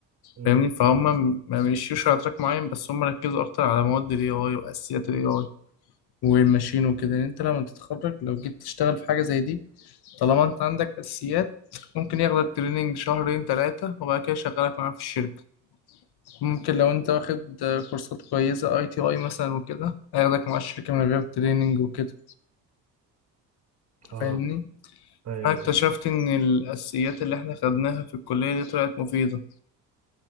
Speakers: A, on the right (about 30°); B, on the left (about 50°).
A: مم.
B: فاهمني فهم ما مشيوش على تراك معين بس هم ركزوا اكتر على مواد الاي اي واساسيات الاي اي والماشين وكده يعني انت لما تتخرج لو جيت تشتغل في حاجة زي دي طالما انت عندك اساسيات ممكن ياخدك تريننج شهرين ثلاثة وبعد كده يشغلك معاه في الشركة ممكن لو انت واخد كورسات كويسة اي تي اي مثلا وكده هياخدك مع الشركة من غير تريننج وكده
A: اه
B: فاهمني
A: ايوه
B: انا اكتشفت
A: ايوه
B: ان الاساسيات اللي احنا خدناها في الكلية دي طلعت مفيدة